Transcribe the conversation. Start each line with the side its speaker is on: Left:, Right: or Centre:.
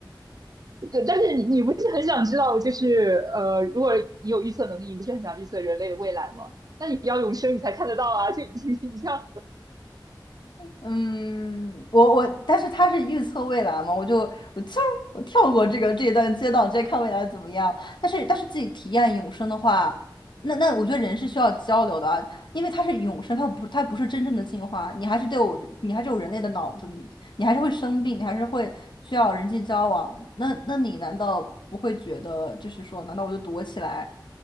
Right: 对，但是你你不是很想知道，就是呃，如果你有预测能力，你不是很想预测人类的未来吗？那你要永生，你才看得到啊！就 <laughs> 你你像，
Left: 嗯，我我，但是他是预测未来嘛，我就我就我跳过这个这一段街道，直接看未来怎么样。但是但是自己体验永生的话，那那我觉得人是需要交流的啊，
Right: 嗯
Left: 因为它是永生，它不它不是真正的进化，你还是得有你还是有人类的脑子，你你还是会生病，你还是会需要人际交往。那那你难道不会觉得就是说，难道我就躲起来，